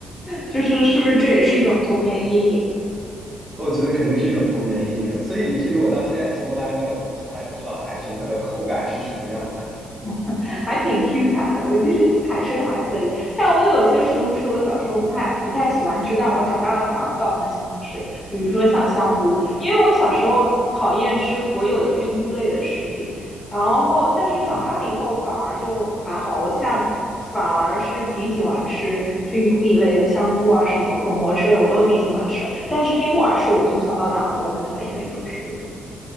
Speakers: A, on the left; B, on the right.
A: 就是是不是这也是一种童年阴影？
B: 我觉得肯定是一种童年阴影，所以以至于我到现在从来没有从来不知道海参它的口感是什么样的。
A: <laughs> 还挺 Q 弹的。我其实海参还可以，但我有些食物是我小时候不太不太喜欢吃，但我长大了反而倒很喜欢吃，比如说像香菇，因为我小时候讨厌吃所有的菌菇类的食品，然后但是长大了以后反而就还好，
B: 哦，
A: 我现在反而是挺喜欢吃菌菇一类的，香菇啊什么口蘑之类我都挺喜欢吃，但是黑木耳是我从小到大我都很讨厌的一种食物。